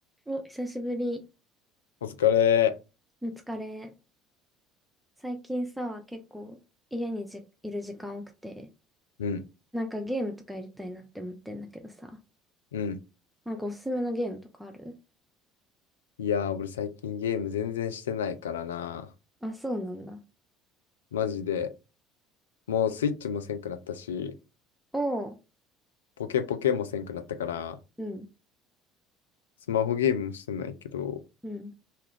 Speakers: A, in the centre; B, on the left (about 75°).
A: お、久しぶり。
B: お疲れ。
A: お疲れ。最近さ、結構家にじ、いる時間多くて、
B: うん、
A: なんかゲームとかやりたいなって思ってんだけどさ、
B: うん。
A: なんかおすすめのゲームとかある
B: いやー、俺最近ゲーム全然してないからな。
A: あ、そうなんだ。
B: マジで。もうスイッチもせんくなったし、
A: おう、
B: ポケポケもせんくなったから、
A: うん、
B: スマホゲームもしてないけど、
A: うん。